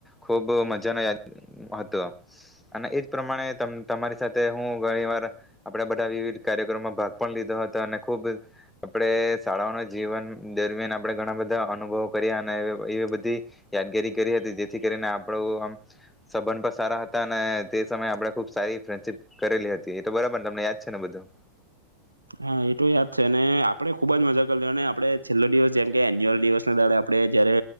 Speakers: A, in the centre; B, on the right (about 80°).
A: ખૂબ મજાનો યા હતો, અને એજ પ્રમાણે તમારી સાથે હું ઘણી વાર આપડા બધા વિવિધ કાર્યક્રમમાં ભાગ પણ લીધો હતો અને ખૂબ આપણે શાળાઓના જીવન દરમિયાન આપણે ઘણા બધા અનુભવો કર્યા અને એવી બધી, યાદગીરી કરી હતી જેથી કરીને આપણો આમ સબંધ પણ, સારા હતા અને તે સમયે આપણે ખુબ સારી ફ્રેન્ડશીપ કરેલી હતી એ તો બરાબરને તમને યાદ છે ને બધું?
B: હા એ તો યાદ છે ને આપડણે ખુબ જ મજા કરી લ અને આપડણે છેલ્લો દિવસ જેમ કે એન્યુઅલ દિવસ ના દે આપણે જયારે,